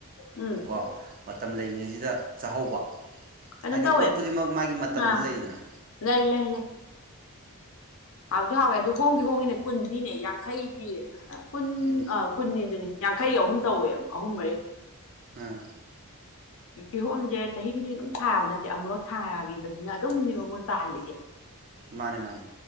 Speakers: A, on the left; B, on the right.
A: ꯎꯝ
B: ꯑꯣ ꯃꯇꯝ ꯂꯩꯔꯤꯉꯩꯖꯤꯗ ꯆꯥꯍꯧꯕ
A: ꯀꯩꯅꯣ
B: ꯍꯥꯏꯗꯤ
A: ꯇꯧꯋꯦ
B: ꯄꯣꯠ ꯈꯨꯗꯤꯡꯃꯛ ꯃꯥꯒꯤ ꯃꯇꯝꯗꯤ
A: ꯑꯥ
B: ꯂꯩꯗꯅ
A: ꯂꯩ ꯂꯩ ꯂꯩ ꯍꯥꯎꯗꯤ ꯍꯥꯎꯋꯦ ꯑꯗꯨ ꯍꯣꯡꯗꯤ ꯍꯣꯡꯉꯤꯅꯦ ꯀꯨꯟ ꯄꯤꯅꯦ ꯌꯥꯡꯈꯩꯒꯤ ꯀꯨꯟ
B: ꯎꯝ
A: ꯑ ꯀꯨꯟꯅꯦꯗꯨꯅꯤ ꯌꯥꯡꯈꯩꯒꯤ ꯑꯍꯨꯝ ꯇꯧꯋꯦ ꯑꯍꯨꯝ ꯃꯔꯤ
B: ꯑꯝ
A: ꯀꯤꯍꯣꯝꯁꯦ ꯆꯍꯤ ꯈꯨꯗꯤꯡꯒꯤ ꯑꯗꯨꯝ ꯊꯥꯕ ꯅꯠꯇꯦ ꯑꯃꯨꯛꯂꯛ ꯊꯥꯈꯤꯕꯁꯤꯅ ꯑꯗꯨꯝꯅꯦꯕ ꯃꯣꯏ ꯄꯥꯜꯂꯤꯁꯦ
B: ꯃꯥꯅꯦ ꯃꯥꯅꯦ